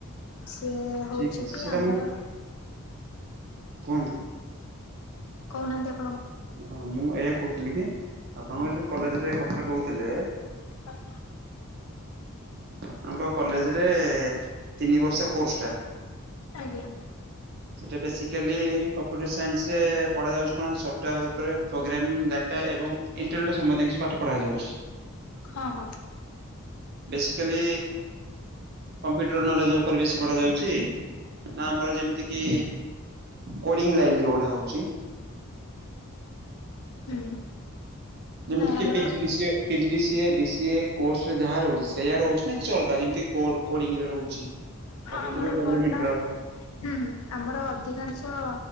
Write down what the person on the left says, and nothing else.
ସେ ହଉଛି
କି
ଆମର
କହୁନାହାନ୍ତି ଆ
<inaudible>
ଆଜ୍ଞା।
ହଁ ହଁ।
ହୁଁ।
ନାଇଁ
ଆମର
ହଁ ଆମର
କଣ ନା
ହୁଁ ହୁଁ ଆମର ଅଧିକାଂଶ?